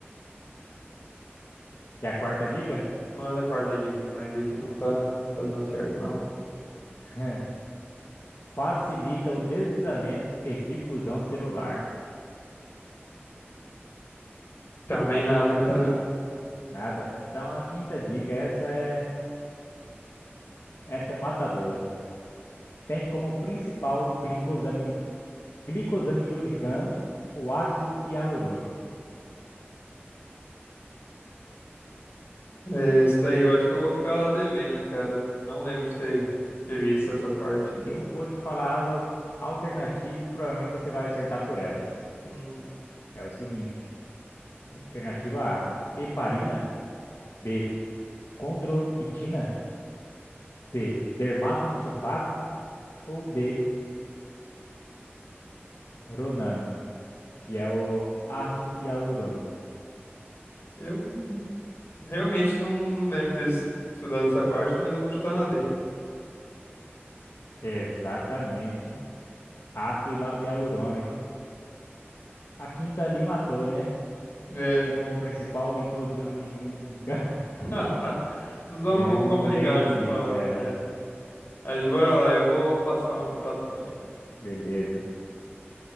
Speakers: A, on the left; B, on the left.
A: E a quarta dica?
B: manda a quarta dica pra nós aí que não tá, tá dando certo, não.
A: <laughs> Facilita o deslizamento e difusão celular.
B: Também nada, cara.
A: Nada. Então a quinta dica, essa é, essa é matadora. Tem como principal glicosami- glicosamiglobicano o ácido hialurônico.
B: É, Esse daí eu acho que eu vou ficar devendo, cara. Não lembro de ter, ter visto essa parte aí.
A: Eu vou te falar as al- alternativas e provavelmente você vai acertar por elas.
B: Hum,
A: É o seguinte: alternativa A, heparina, B, condroitina, C, dermatansulfato ou D, hialuronano, que é o ácido hialurônico.
B: eu realmente não, não lembro de ter es- estudado essa parte, mas eu vou chutar na D.
A: Exatamente, ácido hila- hialurônico. A quinta ali matou, né?
B: É.
A: Tem como principal o glicosamiliglicano. <laughs>
B: <laughs> Os dois
A: É
B: é um pouco
A: um
B: complicado
A: nome bem difícil,
B: de se falar.
A: é.
B: é. Mas bora lá, eu vou passar um aqui pra tu também.
A: Beleza.